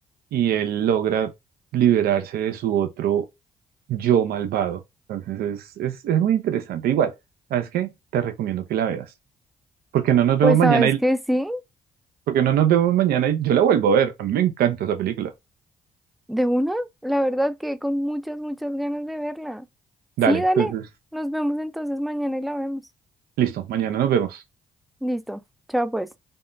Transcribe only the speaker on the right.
y él logra liberarse de su otro yo malvado. Entonces es, es, es muy interesante. Igual, ¿sabes qué? Te recomiendo que la veas. Porque no nos vemos
mañana
y
porque no nos vemos mañana y yo la vuelvo a ver. A mí me encanta esa película.
Dale,
entonces,
listo, mañana nos vemos.